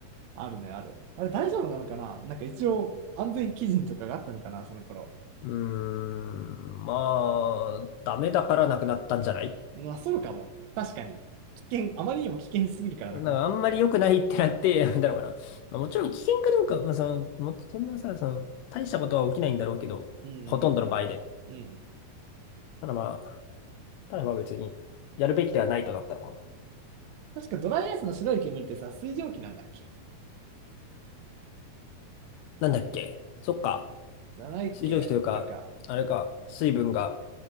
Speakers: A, on the right; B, on the left.
A: あるね、ある。あれ大丈夫なのかななんか一応、安全基準とかがあったのかな、その頃。
B: うーん。まあ、ダメだからなくなったんじゃない
A: まあ、そうかも。確かに。危険、あまりにも危険すぎるからなくなった。
B: なんかあんまり良くないってなってやめたのかな。まあ、もちろん危険かどうか、まあ、その、もっとそんなさ、その、大したことは起きないんだろうけど、
A: うん、
B: ほとんどの場合で。
A: うん、うん。
B: ただまあ、ただまあ別に、やるべきではないとなったのか
A: 確かドライアイスの白い煙ってさ、水蒸気なんだっけ
B: な。なんだっけそっか。
A: じゃないっけなんか、
B: 水蒸気というか、あれか、水分が